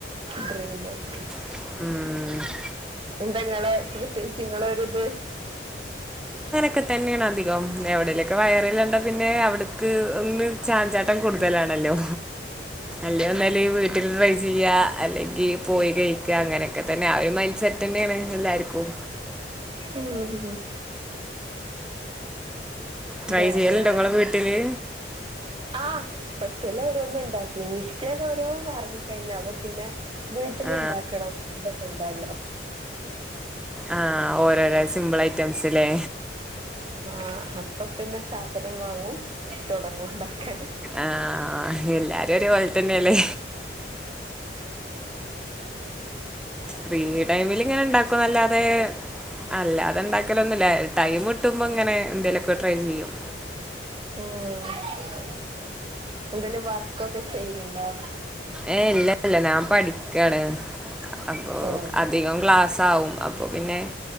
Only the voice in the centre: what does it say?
ഉം
ക്കെ തന്നേണ് അധികം എവിടേലൊക്കെ വയറല് കണ്ടാ പിന്നെ അവിട്ക്ക് ഒന്ന് ചാഞ്ചാട്ടം കൂടുതലാണല്ലോ അല്ല ഒന്നുല് വീട്ടിൽ ട്രൈ ചെയ്യാ അല്ലെങ്കി പോയി കഴിക്ക അങ്ങനെ ഒക്കെ തന്നെ ആ ഒരു മൈൻഡ് സെറ്റ്ന്നെയാണ് എല്ലാർക്കും
ട്രൈ
ചെയ്യലുണ്ടോ നിങ്ങള് വീട്ടില്
ആ
ആഹ് ഓരോരോ സിമ്പിൾ ഐറ്റംസ് ല്ലേ
ആഹ് എല്ലാരും ഒരേപോലെ തന്നേല്ലേ ഫ്രീ ടൈമില് ഇങ്ങനെ ഇണ്ടാക്കുന്നല്ലാതെ അല്ലാതെ ണ്ടാക്കലൊന്ന് ല്ല ടൈം കിട്ടുമ്പോ ഇങ്ങനെ എന്തേലൊക്കെ ട്രൈ ചെയ്യും
ഏഹ് ഇല്ല ഇല്ല നാൻ പഠിക്കാണ് അപ്പൊ
അധികം ക്ലാസ്സാവും. അപ്പോ പിന്നെ